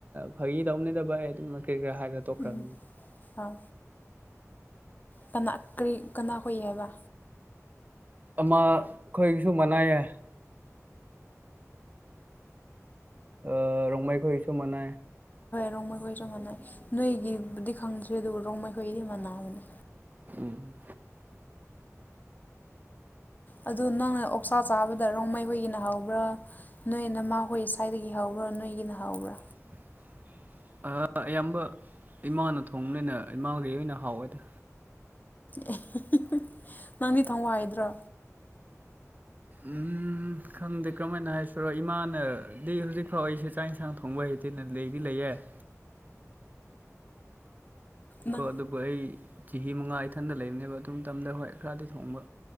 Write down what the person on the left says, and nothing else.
ꯎꯝ ꯑꯥ ꯀꯅꯥ ꯀ ꯀꯅꯥ ꯍꯏ ꯍꯥꯏꯕ
ꯔꯣꯡ ꯃꯈꯩꯈꯣꯏꯁꯨ ꯃꯥꯟꯅꯩ ꯅꯣꯏꯒꯤꯕꯨꯗꯤ ꯈꯪꯗ꯭ꯦ ꯑꯗꯨꯕꯨ ꯔꯣꯡ ꯃꯈꯈꯣꯏꯗꯤ ꯃꯥꯟꯕꯅꯦ
ꯑꯗꯨꯗ ꯅꯪꯅ ꯑꯣꯛꯆꯥ ꯆꯥꯕꯗ ꯔꯣꯡꯃꯩ ꯍꯣꯏꯒꯤꯅ ꯍꯧꯕ꯭ꯔꯥ ꯅꯣꯏ ꯅꯃꯥ ꯍꯣꯏ ꯁ꯭ꯋꯥꯏꯗꯒꯤ ꯍꯧꯕ꯭ꯔꯥ ꯭ꯔꯣ ꯅꯣꯏꯒꯤ ꯅ ꯍꯥꯎꯕ꯭ꯔꯥ
ꯑꯦ ꯅꯪꯗꯤ ꯊꯋꯥꯏꯗ꯭ꯔꯣ
ꯅꯪ